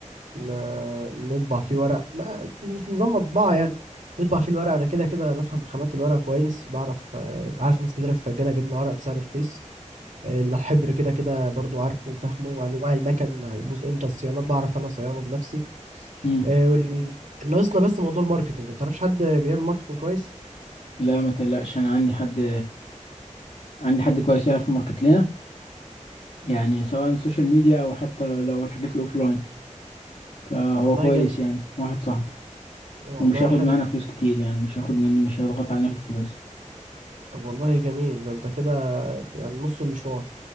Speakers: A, on the right; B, on the left.
A: ن- نطبع فيه ورق ما مش نظام مطبعة يعني نطبع فيه الورق أنا كده كده بفهم في خامات الورق كويس بعرف آه، عارف ناس كتيرة في الجالة جبنا ورق بسعر رخيص آه، الحبر كده كده برضو عارفه وفاهمه وأنواع المكن هيبوظ إمتى الصيانات بعرف أنا صيانه بنفسي
B: امم
A: آه، وال... ناقصنا بس موضوع الماركتينج ما تعرفش حد بيعمل ماركتينج كويس
B: لا ما تقلقش انا عندي حد عندي حد كويس يعرف ماركت لنا يعني سواء سوشيال ميديا او حتى لو الحاجات الاوفلاين فهو
A: والله
B: كويس
A: جامد
B: يعني واحد صاحبي
A: والله
B: ومش هياخد
A: حلو
B: معانا فلوس كتير يعني مش هياخد مني مش هيضغط علينا في الفلوس
A: طب والله جميل ده أنت كده يعني نص المشوار